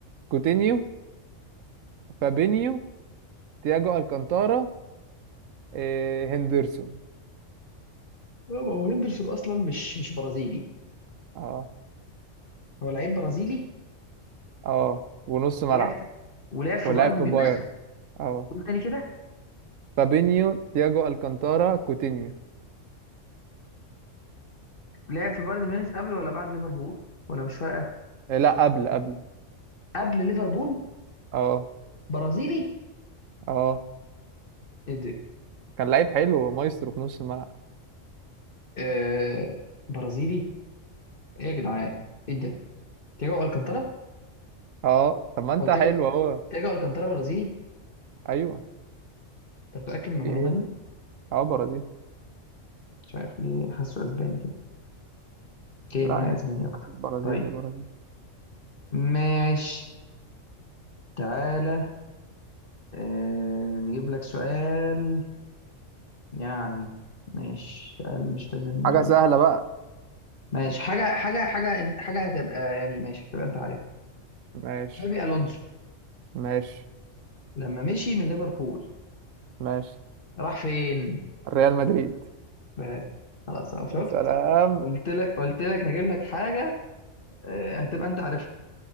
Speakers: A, on the right; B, on the left.
A: كوتينيو فابينيو تياجو الكانتارا إيه هندرسون
B: يابا هو هندرسون اصلا مش مش برازيلي
A: اه
B: هو لعيب برازيلي
A: اه ونص ملعب
B: ولعب في- ولعب في
A: ولعب
B: بايرن
A: في
B: ميونخ
A: بايرن اه
B: قول تاني كده
A: فابينيو تياجو الكانتارا كوتينيو
B: لعب في بايرن ميونخ قبل ولا بعد ليفربول ولا مش فارقه
A: إيه لا قبل قبل
B: قبل ليفربول
A: اه
B: برازيلي
A: اه
B: ايه ده
A: كان لعيب حلو مايسترو في نص الملعب
B: آه برازيلي ايه يا جدعان ايه ده تياجو الكانتارا
A: اه طب ما انت
B: هو تياجو
A: حلو اهو
B: تياجو الكانتارا برازيلي
A: ايوه
B: انت متأكد من المعلومة
A: دي ايه
B: دي
A: اه برازيل
B: مش عارف ليه حاسه اسباني كده اوكي
A: لا
B: ما
A: يعني
B: اسباني اكتر
A: برازيلي
B: طيب
A: برازيلي
B: ماشي تعالى آه نجيب لك سؤال يعني ماشي سؤال مش لازم
A: حاجه سهله بقى
B: ماشي حاجة حاجة حاجة حاجة هتبقى يعني ماشي هتبقى انت عارف
A: ماشي
B: تشابي الونسو
A: ماشي
B: لما مشي من ليفربول
A: ماشي
B: راح فين
A: ريال مدريد
B: بس خلاص أهو شفت
A: يا سلام
B: قلت لك قلت لك هجيب لك حاجة آه، هتبقى انت عارفها